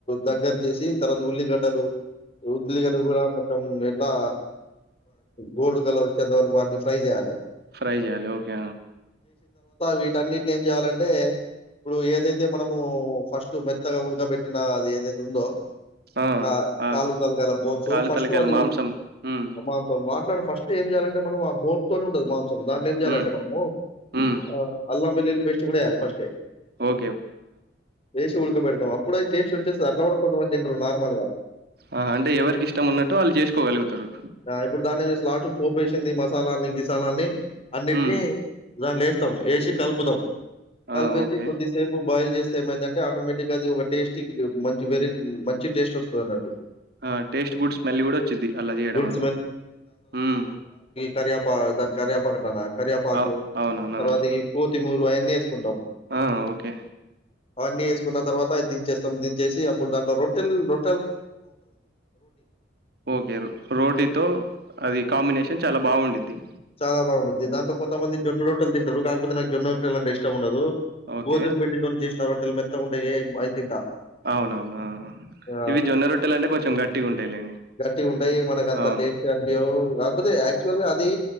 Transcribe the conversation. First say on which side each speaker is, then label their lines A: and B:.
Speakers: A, on the left; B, on the right.
A: దగ్గర చేసి తర్వాత ఉల్లిగడ్డలు ఉల్లిగడ్డలు కూడా మొత్తం ఎట్లా గోల్డ్ కలర్చ్చంతవరకు అన్ని ఫ్రై చేయాలి
B: ఫ్రై చేయాలి ఓకే
A: వీటన్నింటిని ఏం చేయాలంటే ఇప్పుడు ఏదైతే తే మనము ఫస్ట్ మెత్తగా ఉడకబెట్టిన అది ఏదైతే ఉందో
B: ఆ!
A: కా
B: ఆ!
A: కాలుతలగల బోన్సు
B: కాళ్ళు,
A: ఫస్ట్
B: తలకాయల
A: అది
B: మాంసం. హ్మ్.
A: అమ్మాతో మాట్లాడు ఫస్ట్ ఏం చేయాలంటే మనం ఆ బోన్స్తోనే ఉంటది మాం దాంట్లా ఎం చేయాలండి
B: హ్మ్.
A: మనము
B: హ్మ్.
A: ఆ అల్లం వెల్లుల్లి పేస్ట్ కూడా అ ఫస్ట్ే
B: ఓ
A: వేసి ఉడకపెడతాం అప్పుడ అవి టేస్ట్ వచ్చేస్తది అట్లా కూడా కొంతమంది తీనరు నార్మల్గా
B: ఆహా! అంటే ఎవరికిష్టమున్నట్టు వాళ్ళు జేసుకోగలుగుతారు.
A: ఇప్పుడు దాన్ని లాస్ట్ పోప్ వేసింది మస్ స్తాలాల్ నీకీస్ తలనీ అన్నింటిని
B: హ్మ్.
A: దాంట్లో ఎస్తాం ఎసి కలుపుతాం కలిపేసి
B: ఆ! ఓకే.
A: కొద్దిసేప్ బాయిల్ చేస్తే ఏమైందంటే ఆటోమేటిక్గా అది ఒక టేస్టీ మంచి వేరే మంచి టేస్ట్ వస్తుంది అన్నట్టు
B: ఆ టేస్ట్ గుడ్ స్మెల్ కూడా వచ్చిది అలా చేయడం
A: గుడ్
B: వల్ల హ్మ్
A: కరియపా దాన్ని కరేపాకు అంటన్నా కరియాపాకు
B: అవ్ అవునవును.
A: తర్వాత ఈ కోతి మూరు అయ అన్ని ఎసుకుంటాం
B: ఆ! ఆ! ఓకే.
A: అన్ని ఎస్ కున్న తర్వాత దించేస్తాం దించేసి అప్పుడు దంట్లో రోటల్ రో
B: ఓకే రోటీతో అది కాంబినేషన్ చాలా బాగుండిద్ది
A: చాలా బాగుండిద్ది దాంట్లో కొంతమంది జొన్నలు రోట్టలు తింటారు కా పోతే నాకు జొన్న రొట్టలు అంటే ఇష్టం ఉండదు
B: ఓకే.
A: గోధుమ పిండి తోని జేస్ నా రోట్టలు మెత్తగా ఉంటాయే అవి తింటా
B: అవునవును. ఆ! ఆ!
A: ఆ
B: ఇవి జొన్న రొట్టెలంటే కొంచెం గట్టిగుంటాయిలెండి.
A: గట్టి ఉంటాయి మనకు అంత
B: అవును.
A: టేస్ట్ అనిపియావు కాకపోతే యాక్చువల్గా అది